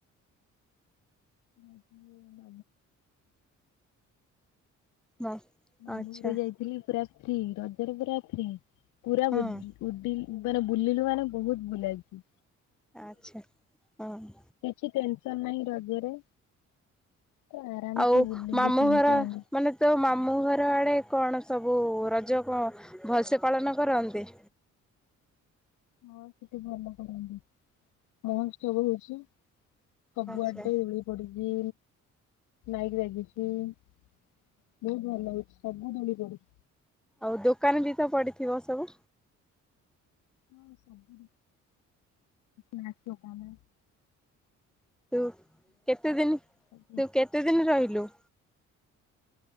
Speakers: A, on the left; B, in the centre.
A: ଆ ମ
B: ହଁ
A: ମାମୁରୁ
B: ଆଚ୍ଛା
A: ଯାଇଥିଲି ପୁରା ଫ୍ରୀ ରଜର ପରା ଫ୍ରୀ କରା
B: ହୁଁ
A: ବ ଉଡି ମାନେ ବୁଲିଲୁ ମାନେ ବହୁତ ଭୁଲଇଛି
B: ଆଚ୍ଛା ହଁ
A: କିଛି ଟେନସନ ନାହିଁ ରଜରେ ତ ଆରାମସେ
B: ଆଉ
A: ବୁଲିଲୁ
B: ମାମଁ
A: କିଣିକି
B: ଘର
A: ଆଣି
B: ମାନେ ତୋ ମାମ ଆମ ଘର ଆଡ଼େ କଣ ସବୁ ରଜ ଭଲସେ ପାଳନ କରନ୍ତି
A: ହଁ ସେଠି ଭଲ କରନ୍ତି ମହ ସବ ହଉଛି ସବୁଆଡେ
B: ଆଚ୍ଛା
A: ଉଳି ପଡିଛି ନାଇକି ଲାଗିଛି ବହୁତ ଭଲ ଲାଗୁଛି ସବୁ ଦଳି ପଡୁଛି
B: ଆଉ ଦୋକାନ ଦ ତ ପଡିଥିବ ସବୁ
A: ହଁ ସବୁୁ ନାସିବ କମେ
B: ତୁ କେତେ ଦିନ ତୁ
A: ସବୁ
B: କେତେ ଦିନ ରହିଲୁ।